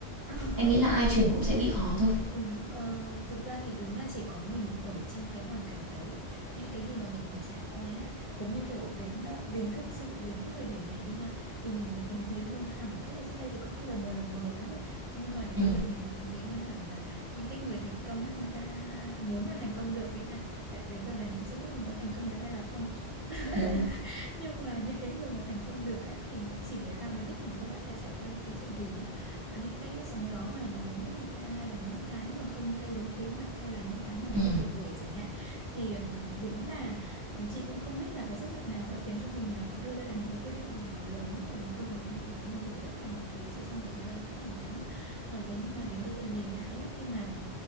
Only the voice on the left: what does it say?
Ờ,
ờ,
đúng ờ, thực ra thì đúng là chỉ có mình ở trong cái hoàn cảnh đấy những cái gì mà mình phải trải qua á, giống như kiểu đến ờ, đến thực sự đến cái thời điểm này đi ha thì mình mới thấm thía hơn hẳn tức là trước đây thì cũng lờ mờ lờ mờ đúng không nhưng mà đến
bây giờ mình mới thấm thía hơn hẳn là những cái người thành công á người ta nếu mà thành công được đi ha tại đến giờ này mình chưa biết mình có thành công được hay là không <laughs>
nhưng mà những cái người mà thành công được á thì chỉ người ta mới biết là người ta đã phải trải qua những cái chuyện gì á Ờ, những cái sóng gió mà nó đến với người ta hay là những cái mà không theo đúng kế hoạch hay là những cái mà nó
bị đổ bể chẳng hạn thì ừm, đúng là ừm, chị cũng không biết là cái sức mạnh nào đã khiến cho mình ờ, đưa ra được những cái quyết định nó lớn và nó đột ngột như thế mình đổi tất cả mọi thứ chỉ trong một thời gian rất là ngắn Ờ, thế nhưng mà đến bây giờ nhìn lại á, khi mà